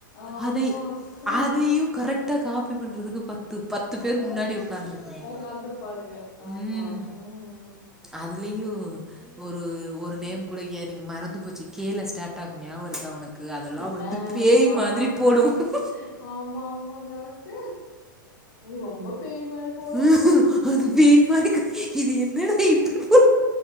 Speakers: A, on the left; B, in the centre.
A: ஆமா
B: அது அதை
A: சை
B: அதையும் கரெக்ட் காபி பண்றதுக்கு பத்து பத்து பேர் முன்னாடி உக்காந்துருக்குங்க
A: உக்காந்துருப்பாளுங்க ஆமா
B: ம்
A: ம்
B: அதுலயு
A: ம்
B: ஒரு ஒரு நேம் கூட எனக்கு மறந்து போச்சு கீழே ஸ்டார்ட் ஆகும் ஞாபக இருக்கா உனக்கு அதெல்லா வந்து
A: ஆஹ்
B: பேய்
A: ஆமா
B: மாதிரி
A: ஆ
B: போடு
A: ஆமா ஆமா கரெக்ட்டு நீ ரொம்ப பேய் மாரி போடு
B: ம் அது பேய் மாறி கத்தி இது என்னனடா இப்படி போ